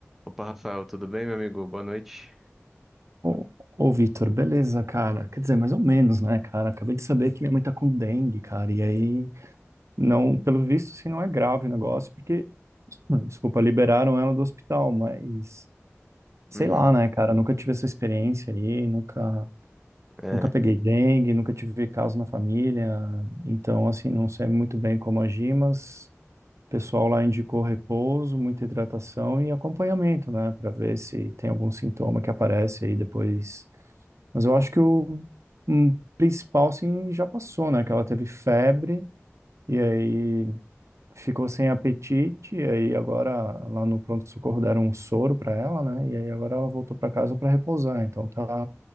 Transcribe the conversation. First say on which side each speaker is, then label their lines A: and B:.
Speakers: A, in the centre; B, on the right.
A: Opa, Rafael, tudo bem, meu amigo? Boa noite.
B: Ô, ô Vitor, beleza, cara? Quer dizer, mais ou menos, né, cara? Acabei de saber que minha mãe tá com dengue, cara. E aí, não, pelo visto, assim, não é grave o negócio, porque, hum, desculpa, liberaram ela do hospital, mas sei
A: Uhum,
B: lá, né, cara? Nunca tive essa experiência aí, nunca,
A: é,
B: nunca peguei dengue, nunca tive caso na família. Então, assim, não sei muito bem como agir, mas o pessoal lá indicou repouso, muita hidratação e acompanhamento, né, Pra ver se tem algum sintoma que aparece aí depois mas eu acho que o hum, principal, assim, já passou, né? Que ela teve febre e aí ficou sem apetite. E aí agora lá no pronto-socorro deram um soro pra ela, né? E aí agora ela voltou pra casa pra repousar. Então tá.